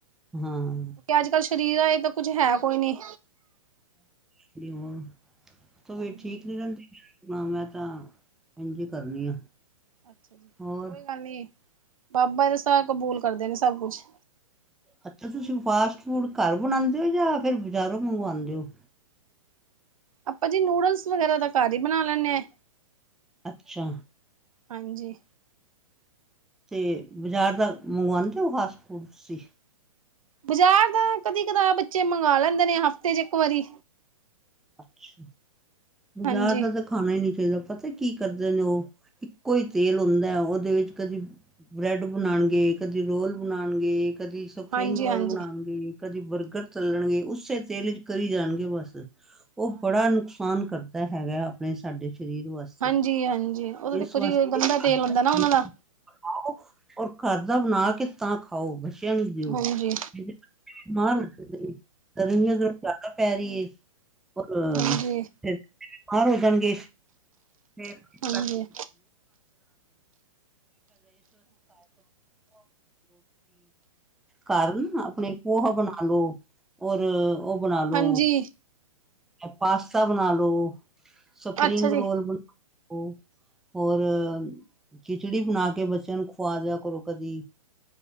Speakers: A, in the centre; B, on the right.
A: ਹਾਂ‌
B: ਕਿਉਂਕਿ ਅੱਜ ਕੱਲ੍ਹ ਸਰੀਰਾਂ ਏ ਕੁੱਝ ਹੈ ਕੋਈ ਨੀ।
A: ਤੇ ਹੋਰ
B: ਹਾਂਜੀ
A: ਤਬੀਅਤ ਠੀਕ ਨੀ ਰਹਿੰਦੀ <inaudible> ਨਾ ਮੈਂ ਤਾਂ ਇੰਜ ਈ ਕਰਨੀ ਆ।
B: ਅੱਛਾ ਜੀ
A: ਹੋਰ
B: ਕੋਈ ਗੱਲ ਨੀ ਬਾਬਾ ਈ ਸ ਕਬੂਲ ਕਰਦੇ ਨੇ ਸਭ ਕੁੱਛ
A: ਅੱਛਾ ਤੁਸੀਂ ਫਾਸਟ ਫੂਡ ਘਰ ਬਣਾਂਦੇ ਓ ਜਾਂ ਫੇਰ ਬਜ਼ਾਰੋਂ ਮੰਗਵਾਉਂਦੇ ਓ।
B: ਆਪਾਂ ਜੀ ਨੂਡਲਸ ਵਗੈਰਾ ਤਾਂ ਘਰ ਈ ਬਣਾ ਲੈਂਨੇ।
A: ਅੱਛਾ
B: ਹਾਂਜੀ
A: ਤੇ ਬਾਜ਼ਾਰ ਦਾ ਮੰਗਵਾਂਦੇ ਓ ਫਾਸਟ ਫੂਡ ਤੁਸੀਂ
B: ਬਜ਼ਾਰ ਦਾ ਕਦੀ ਕਦਾ ਬੱਚੇ ਮੰਗਾ ਲੈਂਦੇ ਨੇ ਹਫ਼ਤੇ 'ਚ ਇਕ ਵਰੀ
A: ਅੱਛਾ ਬਾਜ਼ਾਰ
B: ਹਾਂਜੀ।
A: ਦਾ ਤਾਂ ਦੇ ਖਾਣਾ ਈ ਚਾਹੀਦਾ ਪਤਾ ਕੀ ਕਰਦੇ ਨੇ ਓ ਇੱਕੋ ਈ ਤੇਲ ਹੁੰਦੈ ਓਦੇ ਵਿੱਚ ਕਦੀ ਬ੍ਰੈਡ ਬਣਾਂਣਗੇ ਕਦੀ ਰੋਲ ਬਣਾਂਣਗੇ ਕਦੀ ਸਪਰਿੰਗ
B: ਹਾਂਜੀ
A: ਰੋਲ
B: ਹਾਂਜੀ
A: ਬਣਾਂਣਗੇ ਕਦੀ ਬਰਗਰ ਤਲਣਗੇ ਉਸੇ ਤੇਲ 'ਚ ਕਰੀ ਜਾਣਗੇ ਬਸ
B: ਹਾਂਜੀ।
A: ਓ ਬੜਾ ਨੁਕਸਾਨ ਕਰਦਾ ਹੈਗੈ ਆਪਣੇ ਸਾਡੇ ਸਰੀਰ ਵਾਸ
B: ਹਾਂਜੀ
A: <unintelligible>
B: ਹਾਂਜੀ ਉਹ ਤਾਂ ਦੇਖੋ ਜੀ ਗੰਦਾ ਤੇਲ ਹੁੰਦਾ ਨਾ ਉਹਨਾਂ ਦਾ
A: ਖਾਉ ਔਰ ਘਰਦਾ ਬਣਾ ਕੇ ਤਾਂ ਖਾਓ ਬੱਚਿਆਂ ਨੂੰ ਦਿਓ।
B: ਹਾਂਜੀ
A: <unintelligible> ਜਾਦਾ ਪੈ ਰੀ ਏ ਫਿਰ
B: ਹਾਂਜੀ।
A: ਬਿਮਾਰ ਹੋ ਜਾਣਗੇ। <inaudible> <unintelligible>
B: ਹਾਂਜੀ
A: ਘਰ ਆਪਣੇ ਪੋਹਾ ਬਣਾ ਲੋ ਔਰ ਉਹ ਬਣਾ
B: ਹਾਂਜੀ
A: ਲੋ। ਪਾਸਤਾ ਬਣਾ ਲੋ‍, ਸਪਰਿੰਗ
B: ਅੱਛਾ ਜੀ
A: ਰੋਲ ਬਣਾ ਲੋ। ਹੋਰ ਖਿਚੜੀ ਬਣਾ ਕੇ ਬੱਚਿਆਂ ਨੂੰ ਖਵਾ ਦਿਆ ਕਰੋ ਕਦੀ